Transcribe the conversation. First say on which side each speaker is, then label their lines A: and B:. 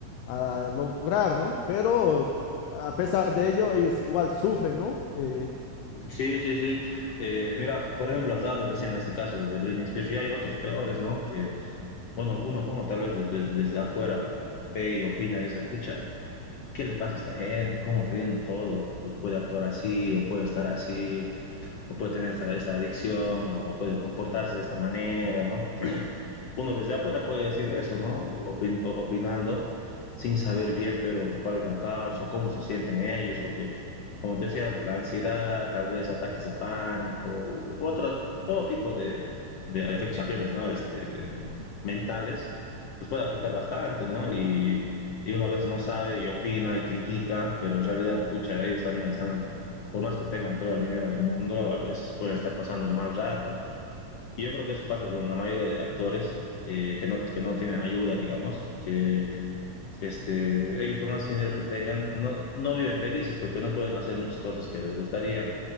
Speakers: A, on the left; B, on the left.
A: a lograr, ¿no? Pero a pesar de ello, ellos igual sufren, ¿no? Eh,
B: Sí, sí, sí. Eh, mira, por ejemplo, has dado recién en este caso de Britney Spears y hay otros peores, ¿no? Que, bueno, uno, uno tal vez desde, desde afuera ve y opina y dice, pucha, ¿qué le pasa a esta gente? ¿Cómo teniendo todo puede actuar así o puede estar así o puede tener esta, esta adicción o puede comportarse de esta manera, ¿no? uno desde afuera puede decir eso, ¿no? Opin opinando sin saber bien, pero cuál es la causa, cómo se sienten ellos, porque como te decía, la ansiedad, tal vez ataques de pánico, u otras, todo tipo de, de afecciones, ¿no? Este, mentales, les puede afectar bastante, ¿no? Y, y una vez no sabe y opina y critica, pero en realidad, pucha, ellos también están, por más que tengan todo el dinero del mundo, a veces pueden estar pasando un mal rato. Y yo creo que eso pasa con la mayoría de actores eh, que, no, que no tienen ayuda, digamos, que este, ellos por más dinero que tengan, no, no viven felices porque no pueden hacer muchas cosas que les gustaría,